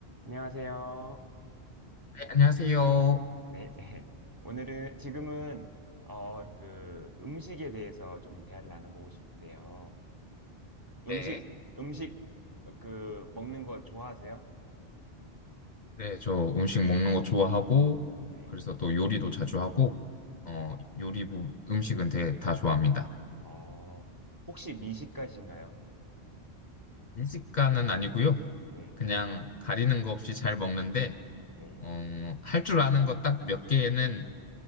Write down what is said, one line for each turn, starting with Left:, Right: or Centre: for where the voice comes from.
Right: 안녕하세요.
Left: 네, 안녕하세요.
Right: 네. <laughs> 오늘은, 지금은, 어, 그, 음식에 대해서 좀 대화를 나눠보고 싶은데요. 음식,
Left: 네.
Right: 음식, 그, 먹는 거 좋아하세요?
Left: 네, 저 음식 먹는 거 좋아하고,
Right: 네.
Left: 그래서 또 요리도 자주 하고, 어, 요리부, 음식은 되게 다 좋아합니다.
Right: 어, 혹시 미식가신가요?
Left: 음식가는 아니고요.
Right: 네.
Left: 그냥
Right: 그냥 좋아하세요?
Left: 가리는 거 없이 잘 먹는데,
Right: 네.
Left: 어, 할 줄 아는 거 딱 몇 개는,